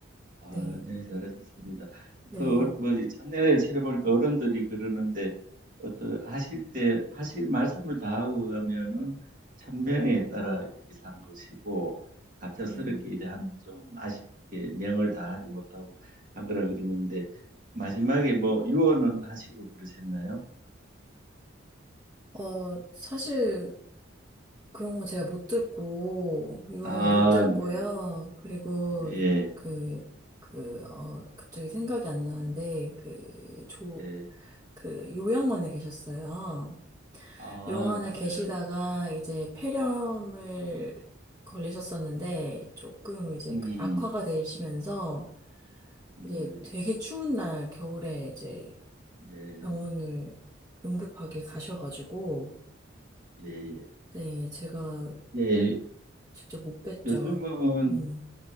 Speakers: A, on the right; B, on the right.
A: 아,
B: 네,
A: 네, 잘하셨습니다.
B: 네.
A: 그, 어, 뭐, 장례를 치러보니까 어른들이 그러는데, 어떤, 하실 때, 하실 말씀을 다 하고 가면은, 천명에 따라 이렇게 산 것이고, 갑작스럽게
B: 음,
A: 이래 하면 좀 아쉽게 명을 다 하지 못하고 한 거라 그러는데, 마지막에 뭐, 유언은 하시고 그러셨나요?
B: 어, 사실 그런 거 제가 못 듣고 유언
A: 아,
B: 못 듣고요.
A: 네네.
B: 그리고
A: 예,
B: 그, 그, 어, 갑자기 생각이 안 나는데 그 조,
A: 예.
B: 그 요양원에 계셨어요.
A: 아,
B: 요양 안에
A: 맞아요.
B: 계시다가 이제 폐렴을 걸리셨었는데 조금 이제
A: 음,
B: 그 악화가 되시면서
A: 네,
B: 이제 되게 추운 날 겨울에 이제
A: 예,
B: 병원을 응급하게 가셔가지고
A: 예, 예.
B: 네 제가
A: 예,
B: 직접 못 뵀죠.
A: 요즘은
B: 음.